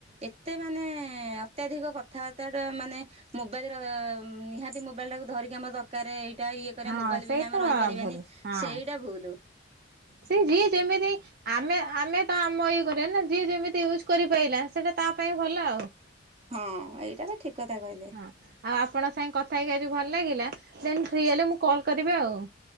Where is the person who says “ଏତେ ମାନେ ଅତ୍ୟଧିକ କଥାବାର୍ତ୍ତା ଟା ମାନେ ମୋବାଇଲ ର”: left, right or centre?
Right